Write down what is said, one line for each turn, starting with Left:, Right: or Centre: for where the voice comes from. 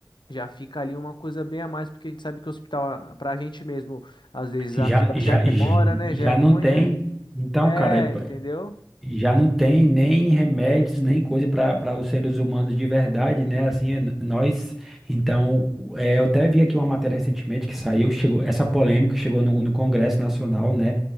Left: já fica ali uma coisa bem a mais, porque a gente sabe que o hospital, ah, pra gente mesmo, às vezes
Centre: Já,
Left: a fila
Centre: já,
Left: já demora, né?
Centre: já
Left: Já é ruim,
Centre: não tem.
Left: né?
Centre: Então,
Left: É,
Centre: cara,
Left: entendeu?
Centre: Já não tem nem remédios, nem coisa para para os seres humanos de verdade, né? Assim, n- nós. Então, é, eu até vi aqui uma matéria recentemente que saiu, chegou, essa polêmica chegou no, no Congresso Nacional, né?